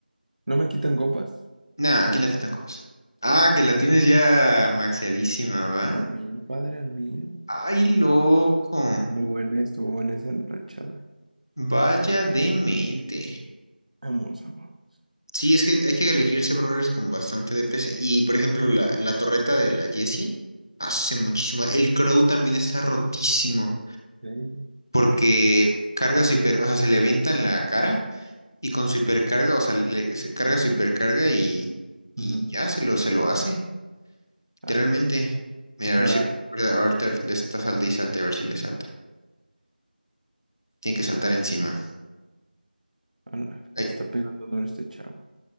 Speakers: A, on the right; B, on the left.
A: No me quitan copas.
B: Nah, aquí no, aquí no copas. Ah, que la
A: Ah,
B: tienes ya maxeadísima, ¿va?
A: Al mil, padre, al mil.
B: Ay, loco.
A: Muy buena, estuvo buena esa enrachada.
B: Vaya demente.
A: Vamos, amor.
B: Sí, es que hay que elegirse brawlers con bastante DPS. Y, por ejemplo, la, la torreta de la Jessie hace muchísimo. El Crow también está rotísimo.
A: Serio.
B: porque carga su hiper, o sea, se le avienta en la cara y con su hipercarga, o sea, le, se carga su hipercarga y, y
A: Ujú.
B: ya se lo, se lo hace, literalmente.
A: Ala.
B: Mira,
A: O sea,
B: a ver si ahorita le está salte y salte, a ver si le salta. Tiene que saltar encima.
A: ala,
B: Ay,
A: ya está pegando duro este chavo.